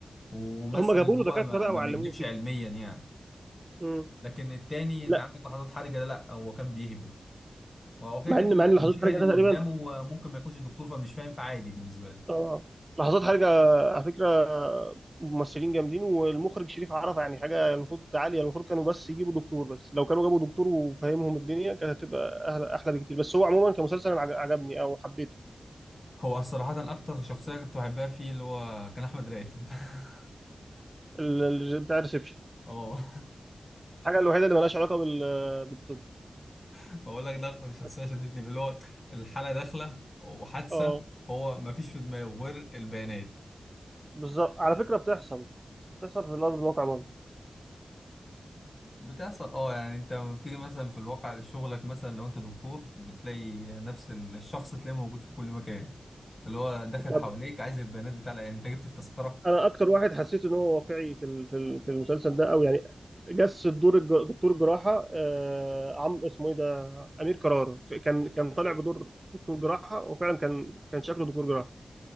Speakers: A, on the left; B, on the right.
A: ومثل
B: هم جابوا
A: إن
B: له
A: هو
B: دكاتره
A: ما
B: بقى
A: ما
B: وعلموه
A: بيكذبش
B: كده
A: علميا يعني
B: مم.
A: لكن التاني انت
B: لا
A: عندك لحظات حرجه لا لا، هو كان بيهبد هو كده
B: مع
A: كده
B: ان مع ان لحظات
A: المشاهد
B: حرجه
A: اللي
B: ده تقريبا
A: قدامه ممكن ما يكونش دكتور فمش فاهم فعادي بالنسبة له
B: اه لحظات حرجه على فكره ممثلين جامدين والمخرج شريف عرفه يعني حاجه المفروض عاليه المفروض كانوا بس يجيبوا دكتور بس لو كانوا جابوا دكتور وفهمهم الدنيا كانت هتبقى أهل- احلى بكتير بس هو عموما كمسلسل أنا عج- عجبني او حبيته
A: هو صراحة أكتر شخصية كنت بحبها فيه اللي هو كان أحمد راتب <laughs>
B: ال- ال- بتاع الريسبشن
A: اه
B: الحاجه الوحيده اللي مالهاش علاقه بال بالطب
A: بقول لك ده أكتر شخصية
B: بس
A: شدتني اللي هو الحالة داخلة وحادثة
B: اه
A: هو مفيش في دماغه غير البيانات
B: بالظبط على فكره بتحصل بتحصل في الارض الواقع برضه
A: بتحصل اه يعني انت لما بتيجي مثلا في الواقع شغلك مثلا لو انت دكتور بتلاقي نفس الشخص تلاقيه موجود في كل مكان اللي هو داخل
B: طب
A: حواليك عايز البيانات بتاع العيان انت جبت التذكرة
B: انا اكتر واحد حسيت ان هو واقعي في ال- في ال- في المسلسل ده او يعني جس الدور الج- دكتور جراحه آه، عم اسمه ايه ده امير قرار ف- كان كان طالع بدور دكتور جراحه وفعلا كان كان شكله دكتور جراحه